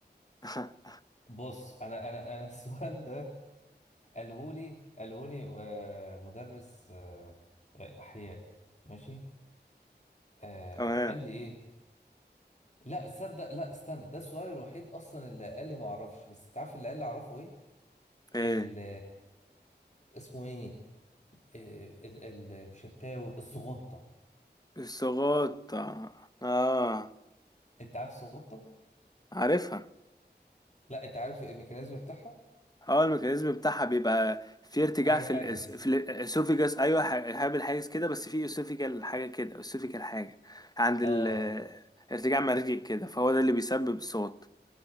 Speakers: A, on the left; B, on the left.
A: <laughs>
B: بص انا انا انا <laughs> السؤال ده قالهولي قالهولي آه، مدرس آه، آه، احياء ماشي آه
A: تمام
B: قال لي ايه لا تصدق لا استنى ده السؤال الوحيد اصلا اللي قال لي ما اعرفش بس تعرف اللي قال لي اعرفه ايه
A: ايه
B: ال اسمه ايه آه، ال ال مش التاوب السغطه
A: الصغاط اه آه،
B: انت عارف السغطه
A: عارفها
B: لا انت عارف الميكانيزم بتاعها
A: اه الميكانيزم بتاعها بيبقى في ارتجاع
B: الحجاب
A: في
B: الحاجز
A: الاس... في الاسوفيجاس ايوه ح- هابل حاجه كده بس في اسوفيجال حاجه كده اسوفيجال حاجه عند
B: اه
A: ال ارتجاع مرجي كده فهو ده اللي بيسبب الصوت